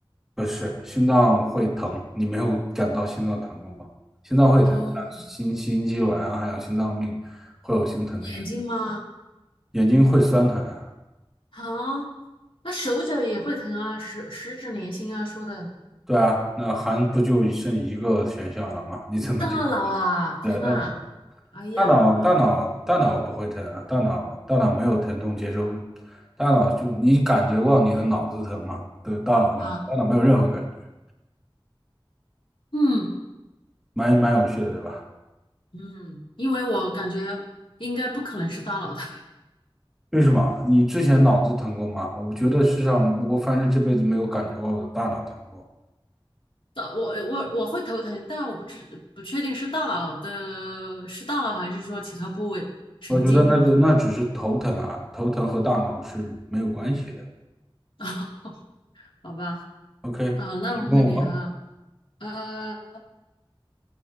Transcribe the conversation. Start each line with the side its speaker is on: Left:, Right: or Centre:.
Centre: 不是，心脏会疼，你没有感到心脏疼过吗？心脏会疼，
Left: 哦，
Centre: 像心心肌卵啊，还有心脏病会有心疼的感觉，
Left: 眼睛吗？
Centre: 眼睛会酸疼啊。
Left: 啊，那手脚也会疼啊，十十指连心啊，说的
Centre: 对啊，那还不就剩一个选项了吗？你怎么就
Left: 大脑啊，天呐，
Centre: 对啊大脑？
Left: 哎呀，
Centre: 大脑大脑大脑不会疼啊，
Left: 好
Centre: 大脑大脑没有疼痛接收，大脑就你感觉过你的脑子疼吗？对，大脑的嘛，
Left: 啊，
Centre: 大脑没有任何感觉，
Left: 嗯
Centre: 蛮蛮有趣的，对吧？
Left: 嗯，因为我感觉应该不可能是大脑的。
Centre: 为什么？你之前脑子疼过吗？我觉得世上，我反正这辈子没有感觉过我的大脑疼过。
Left: 大我我我会头疼，但我不知不确定是大脑的，是大脑还是说其他部位神经，
Centre: 我觉得那那只是头疼啊，
Left: 可能是
Centre: 头疼和大脑是没有关系的。
Left: <laughs> 啊好吧。
Centre: OK，你问我
Left: 好，那我问你啊，呃，